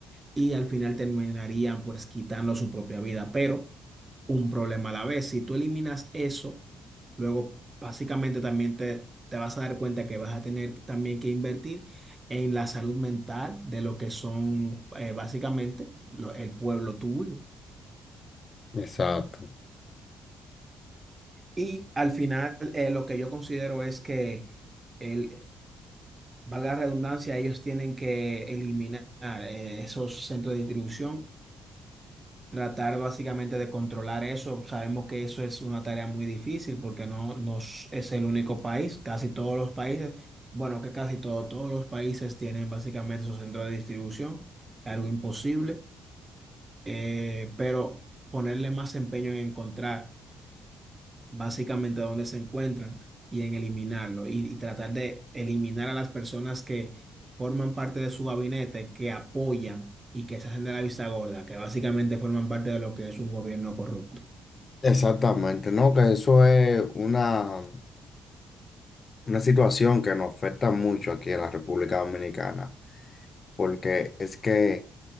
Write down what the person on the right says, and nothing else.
y al final terminarían pues quitando su propia vida, pero un problema a la vez. Si tú eliminas eso, luego básicamente también te... te vas a dar cuenta que vas a tener también que invertir en la salud mental de lo que son eh, básicamente lo- el pueblo tuyo.
Y al final, eh, lo que yo considero es que, el, valga la redundancia, ellos tienen que eliminar eh, esos centros de distribución, tratar básicamente de controlar eso. Sabemos que eso es una tarea muy difícil porque no, nos es el único país, casi todos los países, bueno, que casi todo, todos los países tienen básicamente esos centros de distribución, algo imposible, eh, pero ponerle más empeño en encontrar. básicamente donde se encuentran y en eliminarlo y, y tratar de eliminar a las personas que forman parte de su gabinete, que apoyan y que se hacen de la vista gorda, que básicamente forman parte de lo que es un gobierno corrupto.